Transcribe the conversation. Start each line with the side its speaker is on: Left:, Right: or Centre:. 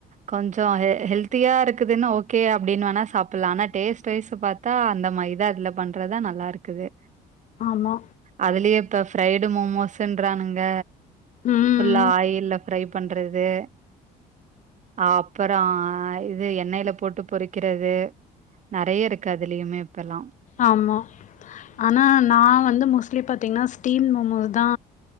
Right: கொஞ்சோ ஹெல்தியா இருக்குதுன்னு ஓகே அப்டின்னு வேணா சாப்பிடலா ஆனா டேஸ்ட்வைஸ் பாத் தா அந்த மைதா இதுல பண்றதுதா நல்லா இருக்குது
Left: ஆமா
Right: அதுலயே இப்ப ஃரைடு மோமோஸ்ன்றானுங்க
Left: ம்
Right: ஃபுல்லா ஆயில்ல ஃப்ரை பண்றது அப்பறோ இது எண்ணெய்ல போட்டு பொறிக்கிறது நெறைய இருக்கு அதுலயுமே இப்பல்லா
Left: ஆமா ஆனா நா வந்து மொஸ்ட்லி பாத்திங்கன்னா ஸ்டீம் மோமோஸ் தா